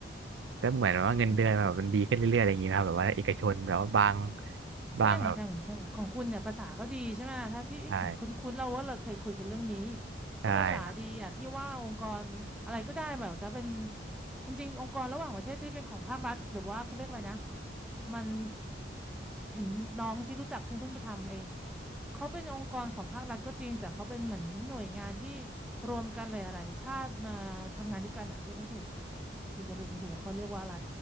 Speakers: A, on the right (about 80°); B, in the centre.
A: แต่เหมือนว่าเงินเดือนแบบมันดีขึ้นเรื่อยๆอะไรอย่างเงี้ยครับแบบว่าเอกชนแบบว่าบาง
B: มันต้อง
A: บางแบบ
B: ก็อย่างทางทางของคุณเนี่ยภาษาก็ดีใช่ไหมถ้าที่เอ๊ะเหมือนคุ้นๆเราว่าเราเคยคุยกันเรื่องนี้
A: ใช่ใช่
B: ถ้าภาษาดีอ่ะพี่ว่าองค์กรอะไรก็ได้แบบจะเป็นจริงๆองค์กรระหว่างประเทศที่เป็นของภาครัฐหรือว่าเขาเรียกอะไรนะมันเห็นน้องที่รู้จักเพิ่งเพิ่งไปทำเอง เขาเป็นองค์กรของภาครัฐก็จริงแต่เขาเป็นเหมือนหน่วยงานที่รวมกันหลายๆชาติมาทำงานด้วยกันอะเรียกไม่ถูกพี่ก็เรียกไม่ถูกเขาเรียกว่าอะไร